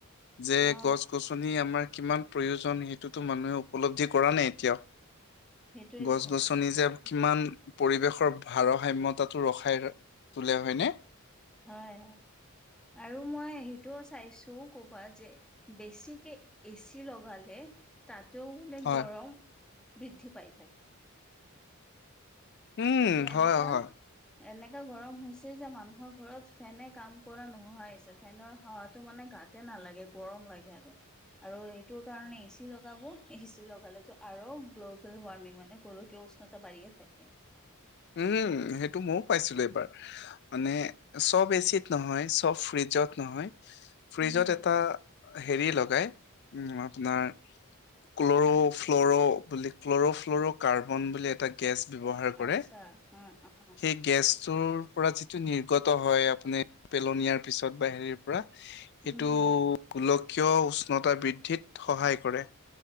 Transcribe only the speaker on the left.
যে
গছ-গছন নি আমাৰ কিমান প্ৰয়োজন সেইটোতো মানুহে উপলব্ধি কৰা নাই এতিয়াও।
গছ-গছন ছনি যে কিমান পৰিবেশৰ ভাৰসাম্যতাটো ৰখাই তোলে হয়নে।
হয়
উম
হয় হয়
উম সেইটো ময়ো পাইছিলো এবাৰ। মানে চব এ চি ত নহয়, চব ফ্ৰিজত নহয়। ফ্ৰিজত
এটা হেৰি লগাই উম আপোনাৰ- ক্লৰ' ফ্লৰ' বুলি ক্ল'ৰ'ফ্ল'ৰ' কাৰ্বন বুলি এটা গেছ ব্যৱহাৰ কৰে।
সেই গেছটোৰ পৰা যিটো নিৰ্গত হয় আপুনি- পেলনীয়াৰ পিছত বা হেৰিৰ পৰা সেইটো
গোলকীয় উষ্ণতা বৃদ্ধিত- সহায় কৰে হ,